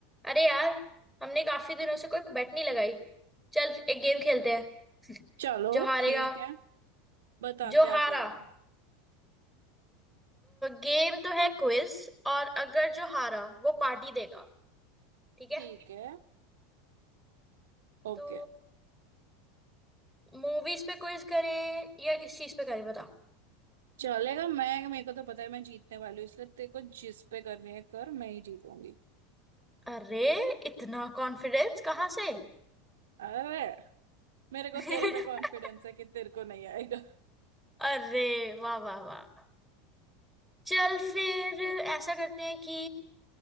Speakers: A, in the centre; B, on the right.
A: अरे यार हमने काफी दिनों से कोई बेट नहीं लगाई चल एक गेम खेलते हैं <laughs>
B: चलो
A: जो हारेगा
B: ठीक है बता
A: जो
B: क्या
A: हारा
B: गेम है
A: गेम तो है क्विज और अगर जो हारा वो पार्टी देगा ठीक है
B: ठीक है ओके
A: तो मूवीज पे क्विज करें या किस चीज पे करें बता
B: चलेगा मैं मेरे को तो पता है मैं जीतने वाली हूँ इसलिए तेरे को जिस पे करनी है कर मैं ही जीतूंगी
A: अरे इतना कॉन्फिडेंस कहाँ से
B: अरे मेरे को
A: <laughs>
B: तेरे पे कॉन्फिडेंस है कि तेरे को नहीं आएगा
A: अरे वाह वाह वाह चल फिर ऐसा करते हैं कि